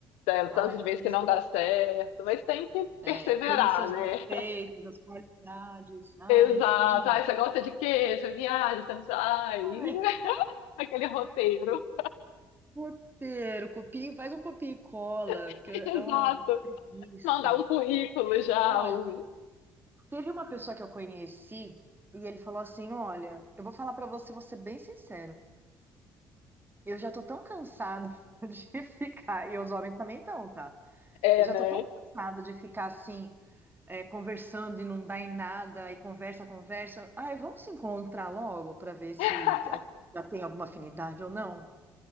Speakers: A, on the left (about 65°); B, on the right (about 15°).
A: é, o
B: Ai,
A: tanto de
B: conheço.
A: vezes que não dá certo, mas tem que
B: É,
A: perseverar,
B: conhecer os
A: né?
B: defeitos, as qualidades.
A: <laughs>
B: Ai,
A: Exato,
B: tudo de novo.
A: ai, você gosta de queijo, viagem, você não sabe, ai,
B: Ai,
A: <laughs> aquele roteiro,
B: roteiro, copia, faz um copia e cola.
A: <laughs>
B: Que, eu-
A: exato,
B: Nossa, que preguiça.
A: mandar um currículo já,
B: Olha,
A: um...
B: teve uma pessoa que eu conheci e ele falou assim: Olha, eu vou falar pra você, vou ser bem sincero. Eu já tô tão cansado <laughs> de ficar, e os homens também estão, tá?
A: é,
B: Eu já
A: né?
B: tô tão cansada de ficar assim, é, conversando e não dá em nada, e conversa, conversa. Ai, vamos se encontrar logo para ver se
A: <laughs>
B: já já tem alguma afinidade ou não.